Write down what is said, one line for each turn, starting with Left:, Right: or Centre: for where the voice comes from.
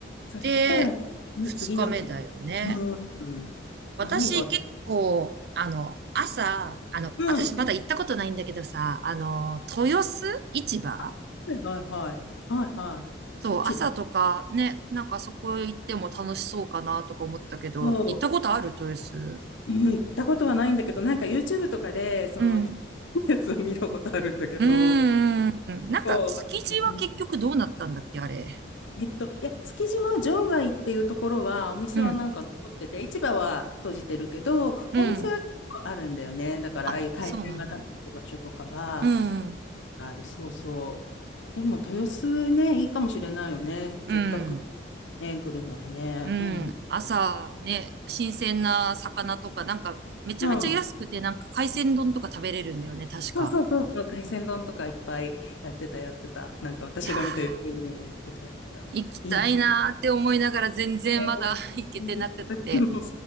Left: そしたら、
Right: で、
Left: ね
Right: 2日目だよね。
Left: 次の日ねうん、うん。
Right: 私結構、
Left: 何が、
Right: あの、朝、あの、
Left: うん、
Right: 私まだ行ったことないんだけどさ、
Left: うん。
Right: あの、豊洲市場
Left: あはいはいはい。はいはい。
Right: そう、
Left: 市場。
Right: 朝とかね、なんかそこ行っても楽しそうかなとか思ったけど、
Left: そう。
Right: 行ったことある豊洲。
Left: うん行ったことはないんだけど、なんか YouTube とかで、その行ったやつを見たことあるんだけど、
Right: うん。うーん。なんか、
Left: そう、
Right: 築地は結局どうなったんだっけ、
Left: あのうん、
Right: あれ。
Left: えっと、いや、築島場外っていうところは、お店はなんか残ってて、
Right: うん
Left: 市場は閉じてるけど、
Right: うん。
Left: お店は結構あるんだよね。だから、
Right: あ、
Left: ああいう海鮮が食べれる場所とかは、
Right: そうなんだ。うん。
Left: はい、そうそう。でも、豊洲ね、いいかもしれないよね。
Right: うん。
Left: せっかくね、来るならね。
Right: うん。
Left: うん、うん。
Right: 朝ね、新鮮な魚とか、なんか、めちゃめちゃ安くて、
Left: うん。
Right: なんか海鮮丼とか食べれるんだよね、確か。
Left: そうそうそうそう、海鮮丼とかいっぱいやってた、やってた。なんか私が見た
Right: いやー、
Left: YouTube でもやってた、やってた。
Right: 行きたいなーって思いながら全然まだ
Left: いいね。ね
Right: <laughs> 行けてなくって。
Left: うん私も